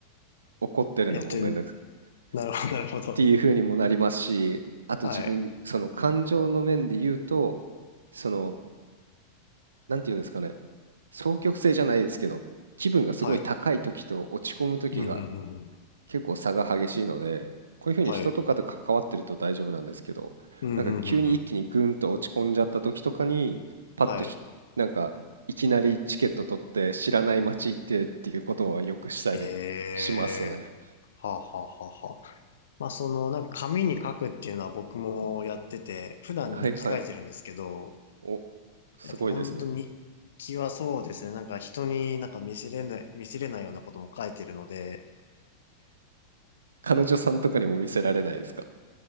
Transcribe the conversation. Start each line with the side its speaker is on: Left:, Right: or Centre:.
Right: 怒ってるのもめんどくさ
Left: やってん、なるほど、<laughs> なるほど。
Right: っていう風にもなりますし、あと自分、
Left: はい。
Right: その感情の面で言うと、その、なんて言うんですかね、双極性じゃないですけど、気分がすごい高い時と落ち込む時が
Left: はい。うん、うん、うん、うん。
Right: 結構差が激しいので、こういうふうに人とかと関わってると大丈夫なんですけど、
Left: はい。うん、
Right: なんか急に一気にグンと落ち込んじゃった時とかに、
Left: うん、うん、うん。
Right: パッとひなんかいきなりチケット取って知らない街行ってっていうことはよくしたりしますね。
Left: はい。へー。はあはあはあはあ。まあその、なんか紙に書くっていうのは僕もやってて、普段日記書いてるんですけど、
Right: はいはい。お、すごいですね。
Left: やっぱ本当に日記はそうですね、なんか人になんか見せれない、見せれないようなことも書いてるので、
Right: 彼女さんとかにも見せられないですか